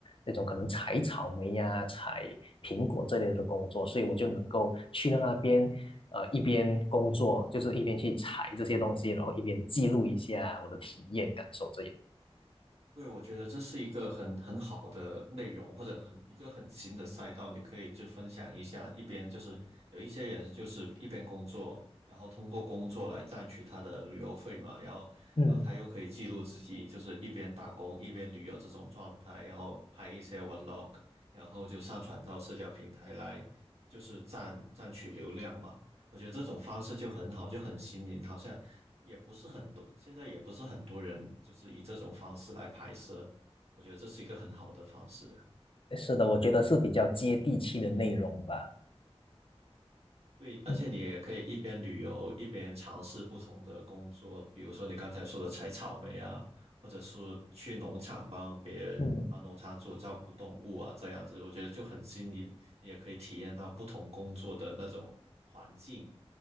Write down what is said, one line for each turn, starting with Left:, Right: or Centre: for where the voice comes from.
Left: 这种可能采草莓呀、采苹果这类的工作，所以我就能够去到那边。呃，一边工作就是一边去采这些东西，然后一边记录一下我的体验感受，这样。
Right: 对，我觉得这是一个很很好的内容，或者很一个很新的赛道，你可以就分享一下。一边就是有一些人就是一边工作，然后通过工作来赚取他的旅游费嘛，然后然后他又可以记录自己就是一边打工一边旅游这种状态，
Left: 嗯，
Right: 然后拍一些 vlog，然后就上传到社交平台来，就是赚赚取流量嘛。我觉得这种方式就很好，就很新颖，好像也不是很多，现在也不是很多人就是以这种方式来拍摄，我觉得这是一个很好的方式。
Left: 是的，我觉得是比较接地气的内容吧。
Right: 对，而且你也可以一边旅游一边尝试不同的工作，
Left: 嗯
Right: 比如说你刚才说的采草莓啊，或者是去农场帮别人帮农场主照顾动物啊，
Left: 嗯。
Right: 这样子我觉得就很新颖，你也可以体验到不同工作的那种环境，